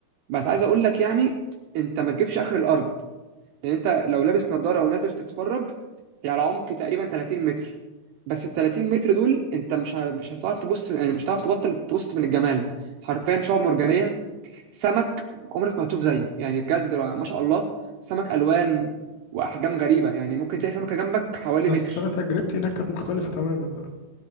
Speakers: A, on the right (about 80°); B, on the left (about 85°).
A: بس عايز اقول لك يعني انت ما تجيبش اخر الارض يعني انت لو لابس نظارة ونازل تتفرج هي على عمق تقريبا 30 متر بس ال 30 متر دول انت مش ه- مش هتعرف تبص يعني مش هتعرف تبطل تبص من الجمال حرفيا شعاب مرجانية سمك عمرك ما هتشوف زيه يعني بجد ما شاء الله سمك الوان واحجام غريبه يعني ممكن تلاقي سمكه جنبك حوالي
B: بس
A: متر
B: انا تجربتي هناك كانت مختلفه تماما بقى